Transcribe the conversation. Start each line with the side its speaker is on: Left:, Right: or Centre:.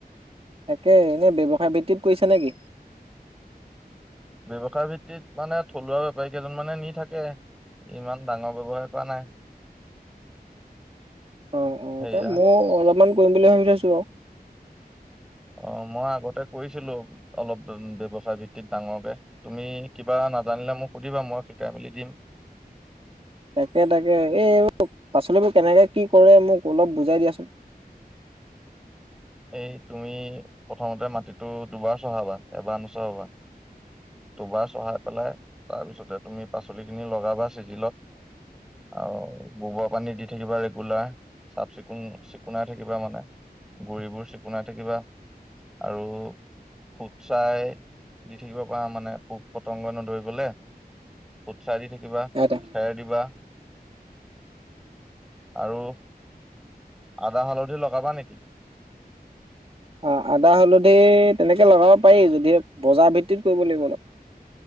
Right: তাকে এনে ব্যৱসায় ভিত্তিত কৈছা নেকি?
Centre: ব্যৱসায় ভিত্তিত মানে থলুৱা বেপাৰী কেইজনমানে নি থাকে। ইমান ডাঙৰ ব্যৱসায় কৰা নাই।
Right: অ' অ'
Centre: সেয়া
Right: এতিয়া মও অলপমান কৰিম বুলি ভাবি থৈছোঁ। <unintelligible>
Centre: অ' মই আগতে কৰিছিলোঁ, অলপ ব্যযৱসায় ভিত্তিত ডাঙৰকে। তুমি কিবা নাজানিলে মোক সুধিবা মই শিকাই মেলি দিম।
Right: তাকে তাকে, এইবোৰ পাচলিবোৰ কেনেকে কি কৰে মোক অলপ বুজাই দিয়াচোন।
Centre: এই তুমি প্ৰথমতে মাটিটো দুবাৰ চহাবা, এবাৰ নচহাবা। দুবাৰ চহাই পেলাই তাৰপিছতে তুমি পাচলিখিনি লগাবা চিজিলত, আৰু গোবৰপানী দি থাকিবা ৰেগুলাৰ চাফ-চিকুণ। চিকুণাই থাকিবা মানে। গুৰিবোৰ চিকণাই থাকিবা আৰু ফুটচাই। দি থাকিব পাৰা মানে পোক পতংগ নধৰে। বোলে। ফুটচায় দি থাকিবা
Right: আদা
Centre: খেৰ দিবা আৰু। আদা হালধি লগাবা নেকি।
Right: অ' আদা হালধি, তেনেকে লগাব পাৰি যদিহে বজাৰ ভিত্তিত কৰিব লাগিব।